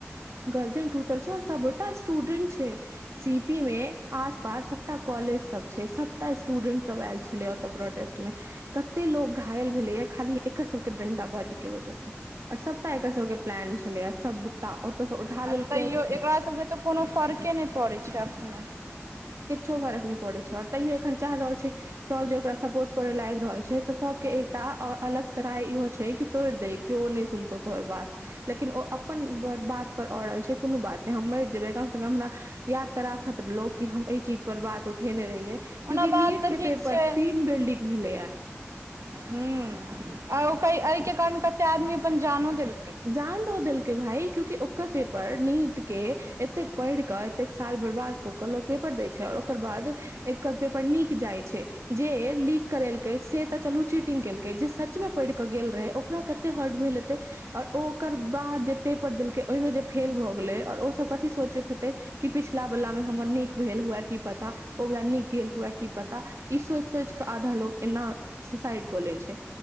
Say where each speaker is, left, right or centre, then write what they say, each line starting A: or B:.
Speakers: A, on the right; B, on the right.
A: गर्दन टूटल छै और सबटा स्टूडेंट छै। सी पी मे आसपास सबटा कॉलेज सब छै सबटा स्टूडेंट सब आयल छलै ओत प्रोटेस्ट मे कते लो घायल भेलै या खाली एकर सबके डं्ड बाजी के वजहसँ आर सभटा एकर सबके प्लान छले आ सबटा ओतसँ उठा लेलक
B: आ तैयो एकरा सबके तऽ कोनो फर्के नहि पड़ै छै एखो
A: किछो फरक नहि पड़ै छै आओर तैयो एखन चाहि रहल छै। सब जे ओकरा सपोर्ट करे लए आबि रहल छै तऽ सबके एकटा अलग स राय इहो छै कि तोड़ दे। केओ नहि सुनतौ तोहर बात लेकिन ओ अपन बात पर और छै। कोनो बात ह हम मरि जेबे कम से कम हमरा याद तऽ राखत लोग क हम एहि चीज पर बात उठेने रहिये क्यूंि
B: ओना
A: नीट
B: बात तऽ
A: के
B: ठीक
A: पेपर
B: छै
A: तीन बिल्डिंग भेलै है।
B: ह आ ओ एहि के कारण कते आदमी अपन जानो दे
A: जान्ो दल के भाइ चूँकि ओकर पेपर नीट के एतेक पढ़ क एतेक साल बर्बाद क के लोग पेपर दै छै आऔर ओकर बाद एकर पेपर नीक जाइ छै। जे लीक करेलकै से तऽ चलू चीटिंग केलकै जे सचमे पढ़ि कऽ गेल रहे ओकरा कत हट बल त ओ ओकर बाद जे पेपर देलकै ओहिमें जे फेल भए गेले और ओ सब कथी सोचैत हेते कि पिछला वला मे हमर नीक भेल हुए की पता ओवला नीक गेल हुए की पता ई सोच सोच के आधा लोग एना सुसाइड क लै छै